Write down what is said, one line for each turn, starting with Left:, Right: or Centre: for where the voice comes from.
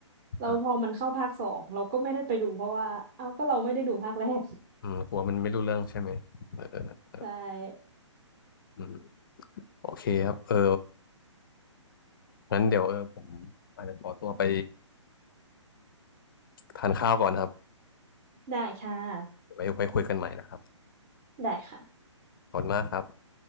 Right: เราพอมันเข้าภาคสองเราก็ไม่ได้ไปดูเพราะว่าเอาก็เราไม่ได้ดูภาคแรก
Left: อ่าอืมกลัวมันไม่รู้เรื่องใช่ไหมเออเออ
Right: ใช่
Left: อืมโอเคครับเอองั้นเดี๋ยวเออผมอาจจะขอตัวไปทานข้าวก่อนนะครับ
Right: ได้ค่ะ
Left: ไว้ไว้คุยกันใหม่นะครับ
Right: ได้ค่ะ
Left: ขอบคุณมากครับ